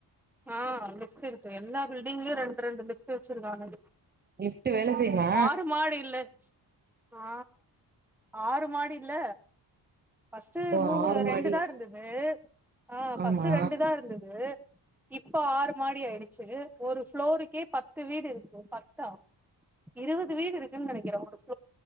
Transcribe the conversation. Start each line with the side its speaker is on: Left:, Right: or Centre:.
Centre: ஆ லிஃப்ட் இருக்கு எல்லா பில்டிங்லயு ரெண்டு ரெண்டு லிஃப்ட் வச்சிருக்காங்க
Right: லிஃப்ட் வேல செய்யுமா
Centre: ஆறு மாடி இல்ல அ ஆறு மாடில்ல ஃபஸ்ட்டு
Right: ஓ
Centre: மூணு
Right: ஆறு மாடி
Centre: ரெண்டு தா
Right: வச்சு
Centre: இருந்துது அ ஃபஸ்ட்டு
Right: ஆமா
Centre: ரெண்டு தா இருந்துது இப்ப ஆறு மாடி ஆய்டுச்சு ஒரு ஃப்ளோருக்கே பத்து வீடு இருக்கு பத்தா இருவது வீடு இருக்குன் நெனைக்கற ஒரு ஃப்